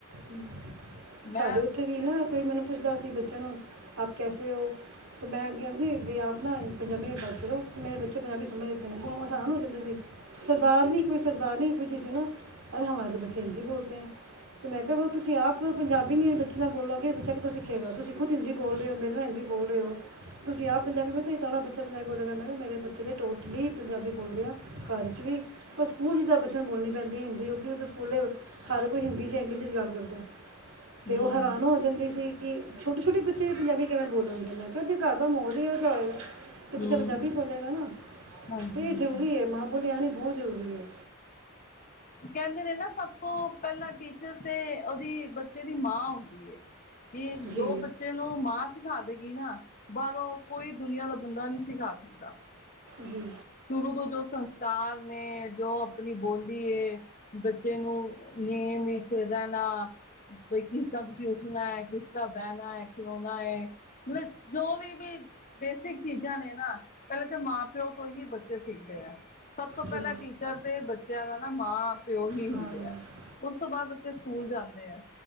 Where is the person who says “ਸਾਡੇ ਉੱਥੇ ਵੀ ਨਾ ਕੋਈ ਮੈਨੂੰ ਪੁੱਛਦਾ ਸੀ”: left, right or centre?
Right